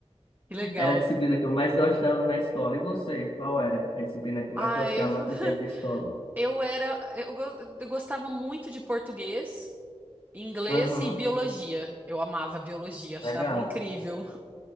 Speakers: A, on the right (about 15°); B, on the left (about 55°).
A: Que legal.
B: Era a disciplina que eu mais gostava na escola. E você, qual era a disciplina que mais
A: Ai,
B: gostava
A: <laughs>
B: no tempo de escola?
A: eu era, eu, go- eu gostava muito de português, inglês
B: Aham,
A: e biologia. Eu amava biologia,
B: legal.
A: achava incrível.